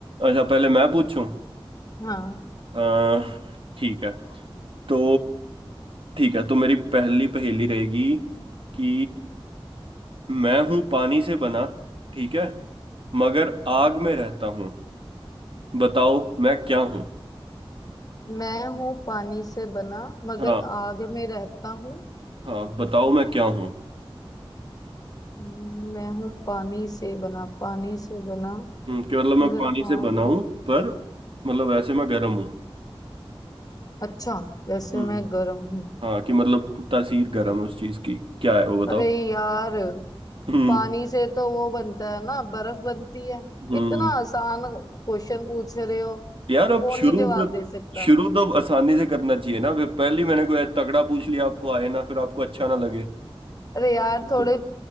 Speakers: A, on the right; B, on the left.
A: अच्छा पहले मैं पूछूं
B: हाँ
A: अह, ठीक है तो ठीक है तो मेरी पहली पहेली रहेगी कि मैं हूँ पानी से बना ठीक है मगर आग में रहता हूँ बताओ मैं क्या हूँ
B: मैं हूँ पानी से बना मगर
A: हाँ
B: आग में रहता हूँ
A: हाँ बताओ मैं क्या हूँ
B: हम्म, मैं हूँ पानी से बना पानी से बना
A: हम्म, कि मतलब मैं
B: मगर
A: पानी से
B: आग
A: बना हूँ पर मतलब वैसे मैं गर्म हूँ
B: अच्छा वैसे
A: हम्म।
B: मैं गर्म हूँ
A: हाँ कि मतलब तासीर गर्म है उस चीज की क्या है वो बताओ
B: अरे यार
A: हम्म
B: पानी से तो वो बनता है ना बर्फ बनती है
A: हम्म
B: इतना आसान क्वेश्चन पूछ रहे हो
A: यार अब
B: कौन
A: शुरू
B: नहीं जवाब
A: फिर
B: दे सकता
A: शुरू तो आसानी से करना चाहिए ना फिर पहले ही मैंने कोई तगड़ा पूछ लिया आपको आए ना फिर आपको अच्छा ना लगे
B: अरे यार थोड़े
A: तो,